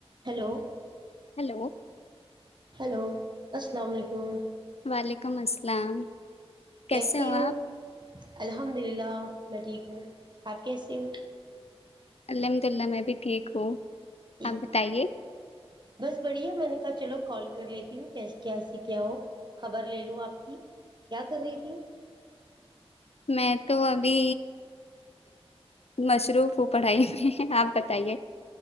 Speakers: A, on the right (about 45°); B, on the left (about 75°).
A: ہیلو
B: ہلو
A: ہیلو السلام علیکم
B: وعلیکم السلام کیسے
A: کیسی ہو
B: آپ
A: الحمد للہ میں ٹھیک ہوں آپ کیسیے ہو
B: الحمد للہ میں بھی ٹھیک ہوں
A: ٹھیک
B: آپ بتائیے
A: ہے بس بڑھیا میں نے چلو کال کر لیتی ہوں کیا سے کیا ہو خبر لے لوں آپ کی کیا کر رہی تھی
B: میں تو ابھی مصروف ہوں پڑھائی میں آپ بتائیے